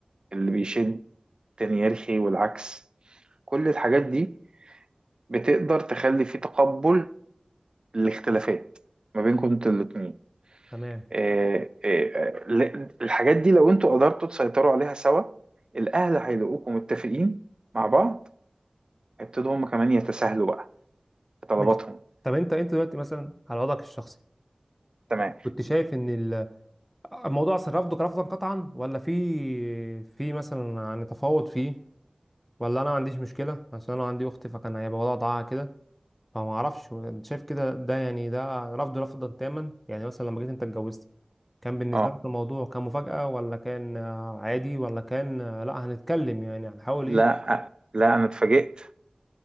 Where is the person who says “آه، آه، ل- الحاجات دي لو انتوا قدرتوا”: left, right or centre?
Right